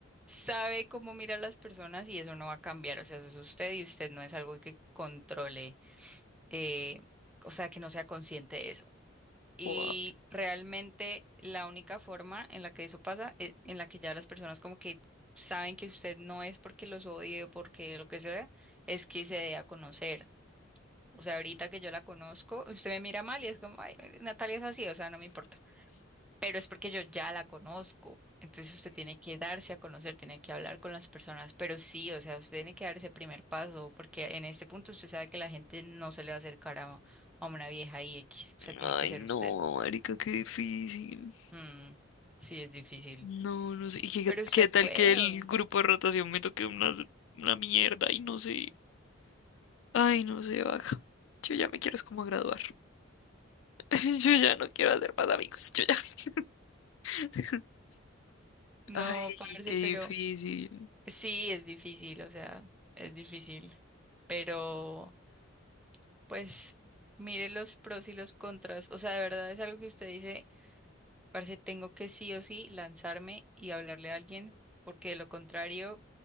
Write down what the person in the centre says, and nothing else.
sabe cómo mira a las personas y eso no va a cambiar. O sea, eso es usted y usted no es algo que controle, eh, o sea, que no sea consciente de eso. Y
realmente la única forma en la que eso pasa es en la que ya las personas como que saben que usted no es porque los odie o porque lo que sea, es que se dé a conocer. O sea, ahorita que yo la conozco, usted me mira mal y es como, ay, Natalia es así, o sea, no me importa. Pero es porque yo ya la conozco. Entonces usted tiene que darse a conocer, tiene que hablar con las personas, pero sí, o sea, usted tiene que dar ese primer paso, porque en este punto usted sabe que la gente no se le va a acercar a, a una vieja y X, o sea, tiene
que ser
usted.
Mm, sí, es difícil,
pero
usted
puede.
No,
parce,
pero
sí, es difícil, o sea, es difícil, pero pues mire los pros y los contras, o sea, de verdad es algo que usted dice. Parce, tengo que sí o sí lanzarme y hablarle a alguien, porque de lo contrario,